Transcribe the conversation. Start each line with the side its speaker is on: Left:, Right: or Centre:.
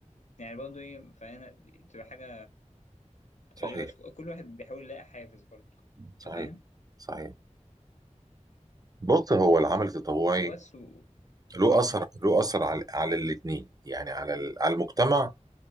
Left: يعني برضه ايه فهنا تبقى حاجة
Right: صحيح
Left: غريبة بس كل واحد بيحاول يلاقي حافز برضه انت
Right: صحيح
Left: فاهم
Right: صحيح بص هو العمل التطوعي
Left: بس و...
Right: له
Left: اه
Right: اثر له اثر على على الاثنين يعني على ال- على المجتمع